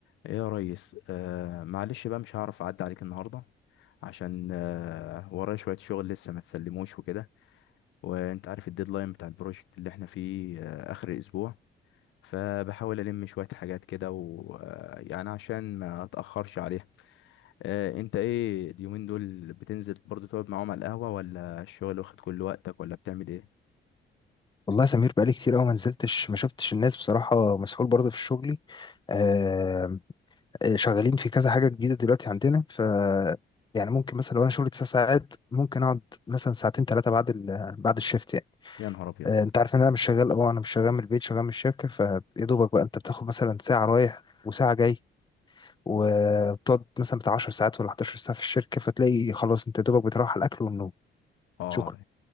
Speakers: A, on the left; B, on the left.
A: ايه يا ريس آه معلش بقى مش هعرف اعدي عليك النهارده عشان آه ورايا شويه شغل لسه ما تسلموش وكده وانت عارف الديدلاين بتاع البروجكت اللي احنا فيه آه اخر الاسبوع فبحاول الم شويه حاجات كده ويعني عشان ما اتاخرش عليها آه انت ايه اليومين دول بتنزل برضو تقعد معاهم على القهوه ولا الشغل واخد كل وقتك ولا بتعمل ايه
B: والله يا سمير بقالي كتير قوي ما نزلتش ما شفتش الناس بصراحة مسحول برضه في شغلي آه آه، شغالين في كذا حاجة جديدة دلوقتي عندنا ف يعني ممكن مثلا لو انا شغلي تسع ساعات ممكن اقعد مثلا ساعتين ثلاثة بعد ال... بعد الشيفت يعني
A: يا نهار ابيض
B: آه انت عارف ان انا مش شغال اه انا مش شغال من البيت شغال من الشركة فيا دوبك بقى انت بتاخد مثلا ساعة رايح وساعة جاي وتقعد مثلا بتاع 10 ساعات ولا 11 ساعة في الشركة فتلاقي خلاص انت يا دوبك بتروح على الاكل والنوم
A: اه
B: شكرا